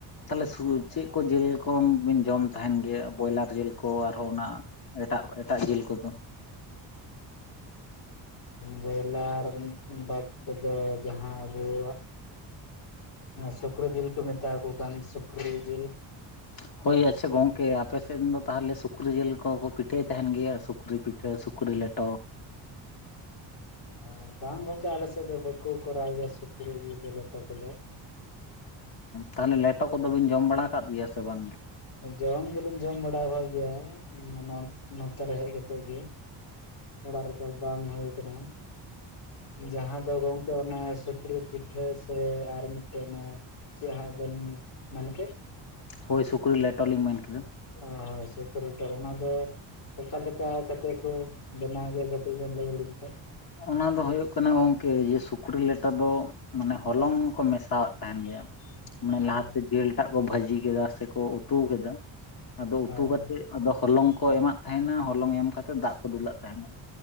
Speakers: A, on the left (about 45°); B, on the left (about 80°).
A: ᱛᱟᱦᱚᱞᱮ ᱥᱩ ᱪᱮᱫ ᱠᱚ ᱡᱤᱞ ᱠᱚ ᱵᱤᱱ ᱡᱚᱢ ᱛᱟᱦᱮᱱ ᱜᱮᱭᱟ? ᱵᱚᱭᱞᱟᱨ ᱡᱤᱞ ᱠᱚ ᱟᱨᱦᱚᱸ ᱚᱱᱟ ᱮᱴᱟᱜ ᱮᱴᱟᱜ ᱡᱤᱞ ᱠᱚᱫᱚ᱾
B: ᱵᱚᱭᱞᱟᱨ ᱵᱟᱫ ᱛᱮᱫᱚ ᱡᱟᱦᱟᱸ ᱟᱵᱚᱣᱟᱜ ᱥᱩᱠᱨᱤ ᱡᱤᱞ ᱠᱚ ᱢᱮᱛᱟᱣᱟᱠᱚ ᱠᱟᱱ ᱥᱩᱠᱨᱤ ᱡᱤᱞ
A: ᱦᱳᱭ ᱟᱪᱷᱟ ᱜᱚᱝᱠᱮ ᱟᱯᱮᱥᱮᱫ ᱫᱚ ᱛᱟᱦᱚᱞᱮ ᱥᱩᱠᱨᱤ ᱡᱤᱞ ᱠᱚᱠᱚ ᱯᱤᱴᱷᱟᱹᱭ ᱛᱟᱦᱮᱱ ᱜᱮᱭᱟ ᱥᱩᱠᱨᱤ ᱯᱤ <inaudible> ᱥᱩᱠᱨᱤ ᱞᱮᱴᱚ
B: ᱟᱨ ᱵᱟᱝ ᱜᱚᱝᱠᱮ ᱟᱞᱮ ᱥᱮᱫ ᱫᱚ ᱵᱟᱠᱚ ᱠᱚᱨᱟᱣ ᱜᱮᱭᱟ ᱥᱩᱠᱨᱤ ᱤᱭᱟᱹᱛᱮ ᱞᱮᱴᱚ ᱠᱚᱫᱚ
A: ᱛᱟᱦᱚᱞᱮ ᱞᱮᱴᱚ ᱠᱚᱫᱚ ᱵᱤᱱ ᱡᱚᱢ ᱵᱟᱲᱟ ᱟᱠᱟᱫ ᱜᱮᱭᱟ ᱥᱮ ᱵᱟᱝ ᱜᱮ᱾
B: ᱡᱚᱢ ᱫᱚᱞᱤᱧ ᱡᱚᱢ ᱵᱟᱲᱟ ᱟᱠᱟᱫ ᱜᱮᱭᱟ ᱱᱚᱛᱮ ᱨᱮ ᱦᱮᱡ ᱠᱟᱛᱮᱜ ᱜᱮ ᱚᱲᱟᱜ ᱨᱮᱫᱚ ᱵᱟᱝ ᱦᱩᱭᱩ ᱠᱟᱱᱟ ᱡᱟᱦᱟᱸ ᱫᱚ ᱜᱟᱝ- ᱠᱮ ᱚᱱᱟ ᱥᱩᱠᱨᱤ ᱯᱤᱴᱷᱟᱹ ᱥᱮ ᱟᱨ ᱢᱤᱫᱴᱮᱱ ᱪᱮᱫ ᱦᱟᱸᱜ ᱵᱮᱱ ᱢᱮᱱᱠᱮᱫ
A: ᱦᱳᱭ ᱥᱩᱠᱨᱤᱤᱞ ᱞᱮᱴᱚᱨ ᱞᱤᱧ ᱢᱮᱱ ᱠᱮᱫᱟ᱾
B: ᱦᱚᱭ ᱦᱚᱭ ᱥᱩᱠᱨᱤ ᱠᱮᱴᱚ ᱚᱱᱟ ᱫᱚ ᱚᱠᱟᱮ ᱞᱮᱠᱟ ᱠᱟᱛᱮᱜ ᱠᱚ ᱵᱮᱱᱟᱣ ᱜᱮ ᱠᱟᱹᱴᱤᱡ ᱵᱮᱱ ᱞᱟᱹᱭ ᱟᱹᱞᱤᱧ ᱠᱷᱟᱡ
A: ᱚᱱᱟ ᱫᱚ ᱦᱩᱭᱩᱜ ᱠᱟᱱᱟ ᱜᱚᱝᱠᱮ ᱡᱮ ᱥᱩᱠᱨᱤ ᱞᱮᱴᱚ ᱫᱚ ᱢᱟᱱᱮ ᱦᱚᱞᱚᱝ ᱠᱚ ᱢᱮᱥᱟᱣᱟᱜ ᱛᱟᱦᱮᱱ ᱜᱮᱭᱟ ᱢᱟᱱᱮ
B: ᱦᱳᱭ
A: ᱞᱟᱦᱟᱛᱮ ᱡᱤᱞ ᱴᱟᱜ ᱠᱚ ᱵᱷᱟᱹᱡᱤ ᱠᱮᱫᱟ ᱥᱮᱠᱚ ᱩᱛᱩ ᱠᱮᱫᱟ ᱟᱫᱚ
B: ᱦᱳᱭ
A: ᱩᱛᱩ ᱠᱟᱛᱮᱜ ᱟᱫᱚ ᱦᱚᱞᱚᱝ ᱠᱚ ᱮᱢᱟᱜ ᱛᱟᱦᱮᱱᱟ ᱦᱚᱞᱚᱝ ᱮᱢ ᱠᱟᱛᱮᱜ ᱫᱟᱜ ᱠᱚ ᱫᱩᱞᱟᱜ ᱛᱟᱦᱮᱱᱟ